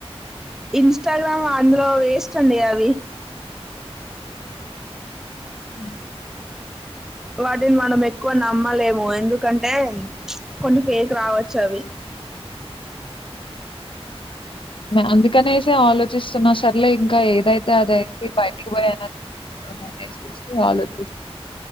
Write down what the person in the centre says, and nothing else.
ఇన్స్టాగ్రామ్ అందులో వేస్ట్ అండి అవి
వాటిని మనం ఎక్కువ నమ్మలేము ఎందుకంటే కొన్ని ఫేక్ రావచ్చు అవి